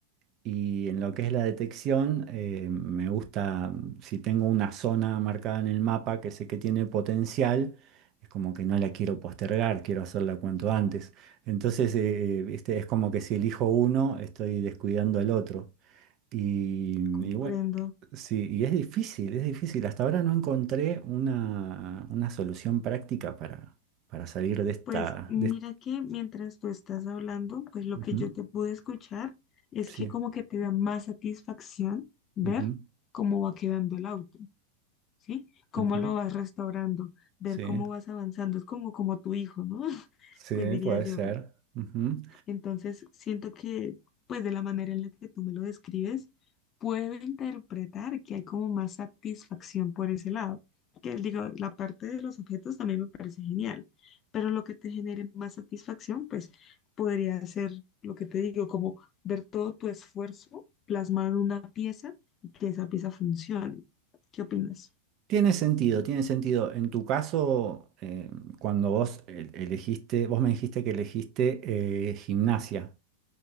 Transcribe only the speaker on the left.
Comprendo.
Pues mira
que mientras tú estás hablando, pues lo
que yo te pude escuchar es
que como que te da más satisfacción ver
cómo va quedando el auto. ¿sí? Cómo
lo vas restaurando, ver
cómo vas avanzando, es como, como tu hijo, ¿no? <laughs>
Pues diría
yo.
Entonces, siento que, pues de la manera en la que tú me lo describes, puedo interpretar que hay como más satisfacción por ese lado. Que digo, la parte de los objetos también me parece genial, pero lo que te genere más satisfacción, pues podría ser lo que te digo, como ver todo tu esfuerzo plasmado en una pieza y que esa pieza funcione. ¿Qué opinas?